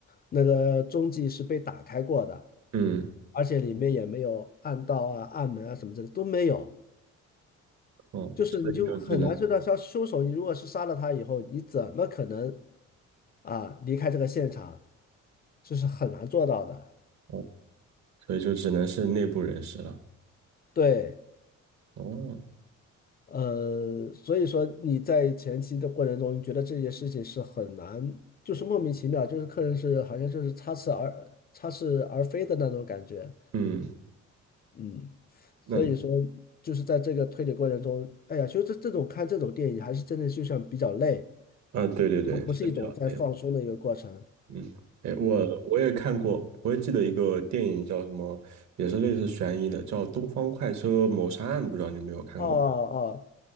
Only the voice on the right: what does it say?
嗯，
哦，
所以就只能，
哦，所以就只能是内部人士了。
哦，
嗯，
那
啊，对对对，
是比较累的。嗯，哎，我我也看过，我也记得一个电影叫什么，也是类似悬疑的，叫《东方快车谋杀案》，不知道你有没有看过？